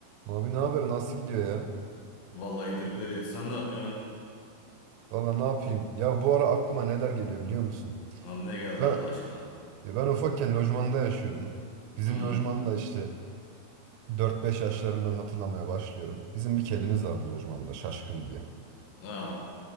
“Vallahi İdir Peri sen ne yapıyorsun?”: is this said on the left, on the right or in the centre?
Left